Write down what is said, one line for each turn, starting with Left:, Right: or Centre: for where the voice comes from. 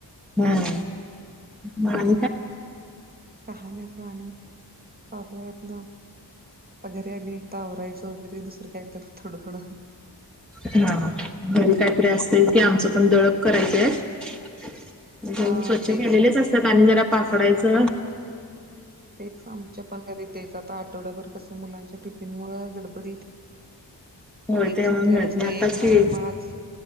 Centre: हम. हा.
Right: हो कहा नाही आप आणि चालू आहे आपलं. आ घरी आली आ आवरायचं वगैरे दुसरं काय तर थोडं थोडं.
Centre: हा घरी
Right: अ
Centre: काहीतरी असते की आमचं पण दळप करायच आहे.
Right: हा
Centre: स्वच्छ
Right: तेच
Centre: केलेलेच असतात आणि जरा पाकडायचं.
Right: तेच आमच्या पण घरी तेच आता आठवडाभर कसं मुलांच्या टिफिन मुल गडबडीत
Centre: होय
Right: एक
Centre: ते
Right: संपलेला
Centre: मिळत
Right: असत एक
Centre: आताच
Right: नाही
Centre: की
Right: माझ.